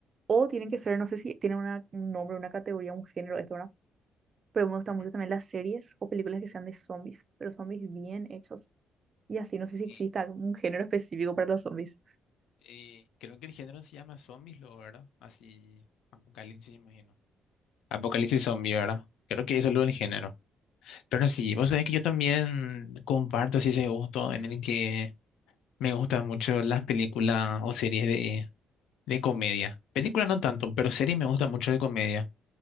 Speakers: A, on the right; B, on the left.
A: o tienen que ser, no sé si tienen una, un nombre, una categoría, un género, esto, ¿verdad? Pero me gustan
B: Ujú.
A: mucho también las series o películas que sean de zombies, pero zombies bien hechos. Y así, no sé si exista
B: Eh,
A: algún género específico para los zombies.
B: eh, creo que el género se llama zombies, lo, ¿verdad? Así, apocalipsis, imagino. Apocalipsis zombie, ¿verdad? Creo que eso es lo del género. Pero sí, vos sabés que yo también comparto así ese gusto en el que me gustan mucho las películas o series de, de comedia. Películas no tanto, pero series me gustan mucho de comedia.